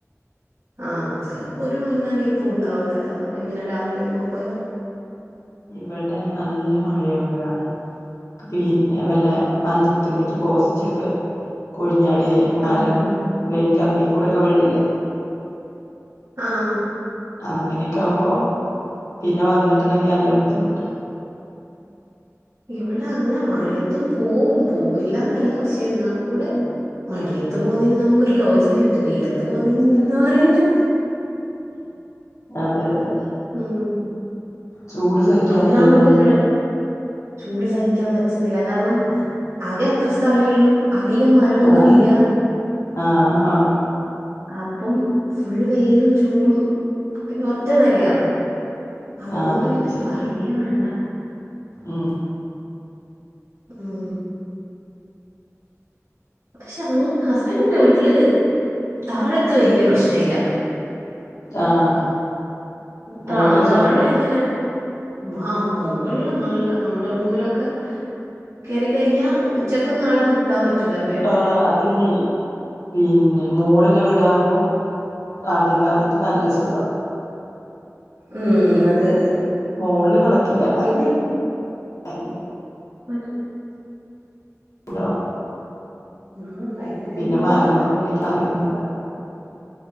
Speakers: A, on the right; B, on the left.
A: ആ ചെലപ്പോ ഒരു മുന്നറിയിപ്പും ഉണ്ടാവൂല അതാ ഇങ്ങനെ രാവിലെയൊക്ക പോയാ
B: ഇവടെ നല്ല മഴയാവുമ്പഴാണ് പിന്നെ വല്ല മരത്ത്മ്മക്ക് പോസ്റ്റൊക്കെ കൊഴിഞ്ഞാട്യാ അല്ലെങ്കി
A: ആഹ്
B: മരം ലൈൻ കമ്പി കൂടെ ഒക്കെ വിഴില്ലേ
A: ആഹ്
B: അങ്ങനെക്കെ ആവുമ്പോ പിന്നെ വന്നിട്ട്ണെങ്കി നല്ല ബുദ്ധിമുട്ടാ
A: ഇവടെ അങ്ങനെ മഴയത്തും പോവും പോവില്ല ഇന്നല്ല പക്ഷേ എന്നാ കൂടെ മഴയത്ത് പോവുന്നതിന് നമുക്കൊരു ലോജിക്ക് ഇണ്ട് വെയിലത്ത് പോവുന്നതിന് എന്തന്നാ പറയെണ്ടെ
B: അതെ അതെ
A: ഉം
B: ചൂട് സഹിക്കാൻ
A: ഒന്നാമത്
B: വയ്യല്ലല്ലേ
A: ഇവടെ ചൂട് സഹിക്കാൻ പറ്റുന്നില്ല കാരണം ആകെ അത്ര സ്ഥലെ ഒള്ളു അധികം മരം ഒന്നും
B: ആഹ്
A: ഇല്ല
B: ആഹ്
A: അപ്പം ഫുൾ വെയിലും ചൂടും പിന്നെ ഒറ്റ നെലയാ അതുകോണ്ട്
B: ആഹ്
A: പിന്നെ
B: അത് ശരി
A: പറയേ വാണ്ട
B: ഉം
A: ഉം പക്ഷെ അങ് ഹസ്ബന്റിന്റെ വീട്ടില് താഴത്ത് വല്ല്യേ പ്രശ്നല്ല
B: ആഹ്
A: താ
B: മോള്
A: താഴെ
B: ചോട
A: അങ്ങനെ മാ മുകളിൽ നല്ല നമ്മടെ റൂമിലൊക്കെ കേറി കഴിഞ്ഞ ഉച്ചക്കൊന്നവ്ടെ നി ക്കാൻ പറ്റൂല ബെ
B: ആഹ് അതെയ്നെ പിന്നെ മോളില് വീടാവുമ്പോ അടിഭാഗത്ത് നല്ല സുഖാ
A: ഉം അതെ അതെ
B: മോളില് കിടക്കില്ല
A: പിന്നെ
B: <unintelligible>
A: മറ്റേ
B: ണ്ടാവും
A: ആ ഭയങ്കര
B: പിന്നെ
A: ചൂടുമാണ്
B: മരങ്ങളൊന്നും ഇല്ലെങ്കി അറിയൂല്ല